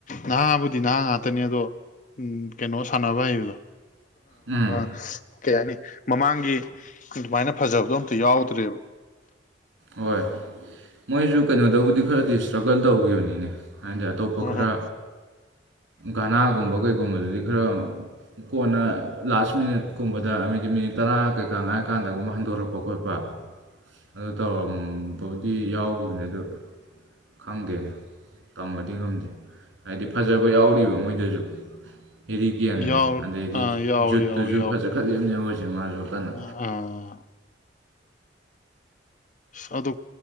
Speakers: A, on the left (about 40°); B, on the right (about 85°).
A: ꯅꯍꯥꯕꯨꯗꯤ ꯅꯍꯥ ꯉꯥꯛꯇꯅꯦ ꯑꯗꯣ ꯎꯝ ꯀꯩꯅꯣ ꯁꯥꯟꯅꯕ ꯍꯥꯏꯕꯗꯣ
B: ꯎꯝ
A: ꯑꯁ ꯀꯩ ꯍꯥꯏꯅꯤ ꯃꯃꯥꯡꯒꯤ ꯑꯗꯨꯃꯥꯏꯅ ꯐꯖꯕꯗꯣ ꯑꯝꯇ ꯌꯥꯎꯗ꯭ꯔꯦꯕ
B: ꯍꯣꯏ ꯃꯣꯏꯖꯨ ꯀꯩꯅꯣꯗꯕꯨꯗꯤ ꯈꯔꯗꯤ ꯏꯁꯇ꯭ꯔꯒꯜ ꯇꯧꯒꯤꯕꯅꯤꯅꯦ ꯍꯥꯏꯗꯦꯠ ꯑꯇꯣꯞꯄ
A: ꯑ
B: ꯈꯔ ꯒꯅꯥꯒꯨꯝꯕ ꯀꯩꯒꯨꯝꯕꯗꯨꯗꯤ ꯈꯔ ꯀꯣꯟꯅ ꯂꯥꯁ ꯃꯤꯅꯠ ꯀꯨꯝꯕꯗ ꯃꯤꯒꯤ ꯃꯤꯅꯤꯠ ꯇꯔꯥ ꯀꯩꯀꯥ ꯉꯥꯏꯔ ꯀꯥꯟꯗꯒꯨꯝꯕ ꯍꯟꯗꯣꯔꯛꯄ ꯈꯣꯠꯄ ꯑꯗꯨ ꯇꯧꯔꯝꯕꯕꯨꯗꯤ ꯌꯥꯎꯒꯤꯕꯅꯦ ꯑꯗꯨ ꯈꯪꯗꯦꯅꯦ ꯇꯝꯕꯗꯤ ꯉꯝꯗꯦ ꯍꯥꯏꯗꯤ ꯐꯖꯕ ꯌꯥꯎꯔꯤꯕ ꯃꯣꯏꯗꯖꯨ ꯍꯦꯔꯤꯀꯦꯟ
A: ꯌꯥꯎ
B: ꯑꯗꯩꯗꯤ
A: ꯑ ꯌꯥꯎꯋꯦ
B: ꯖꯨꯠꯇꯨꯖꯨ
A: ꯌꯥꯎꯋꯦ
B: ꯐꯖꯈꯠꯂꯤꯝꯅꯦꯕ ꯍꯧꯖꯤꯛ ꯃꯥꯖꯨ ꯀꯟꯅ
A: ꯑꯥ ꯑꯁ ꯑꯗꯨ